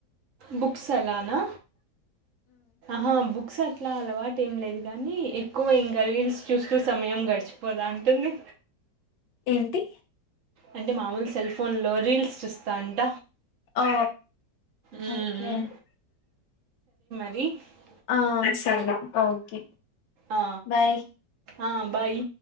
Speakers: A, on the right; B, on the left.
A: బుక్స్ అలానా హా బుక్స్ అలవాటెమ్ లేదు కానీ ఎక్కువ ఇంటర్వూస్ చూస్తూ సమయం గడిచిపోదా ఉంటుంది
B: ఏంటి
A: అంటే మామూలు సెల్ ఫోన్ లో రీల్స్ చూస్త తంట
B: ఓ
A: ఉమ్
B: ఓకే
A: వ <unintelligible>
B: ఆ సరే ఓకే
A: ఆ
B: బాయ్
A: ఆ బాయ్